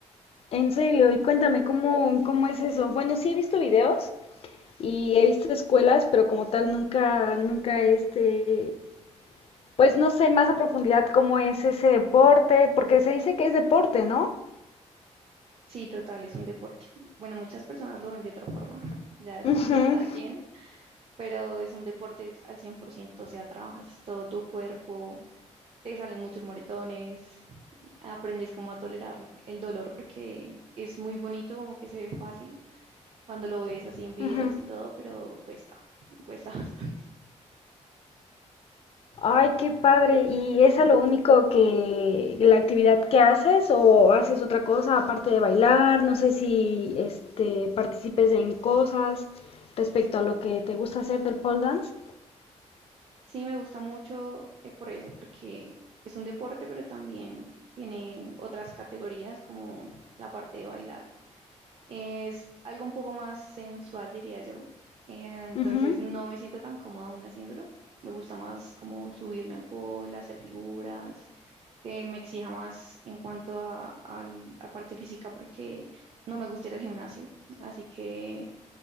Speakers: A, on the left; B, on the right.
A: En serio, y cuéntame, ¿cómo, cómo es eso? Bueno, sí he visto videos y he visto escuelas, pero como tal nunca, nunca este, pues no sé más a profundidad cómo es ese deporte, porque se dice que es deporte, ¿no?
B: Sí, total, es un deporte. Bueno, muchas personas lo ven de otra forma, <laughs> ya depende
A: Ujú,
B: de cada quien, pero es un deporte al 100%, o sea, trabajas todo tu cuerpo, te salen muchos moretones, aprendes cómo a tolerar el dolor porque es muy bonito, como que se ve fácil cuando lo ves así en videos
A: ujú.
B: y todo, pero cuesta, cuesta <laughs> bastante.
A: Ay, qué padre. ¿Y es a lo único que la actividad que haces o haces otra cosa aparte de bailar? No sé si este participes en cosas respecto a lo que te gusta hacer del pole dance.
B: Sí, me gusta mucho eh, por eso, porque es un deporte, pero también tiene otras categorías como la parte de bailar. Es algo un poco más sensual, diría yo. eh, entonces
A: Ujú.
B: no me siento tan cómoda aún haciéndolo. Me gusta más como subirme al pole, hacer figuras, que me exija más en cuanto a, al- a parte física, porque no me gusta ir al gimnasio. Así que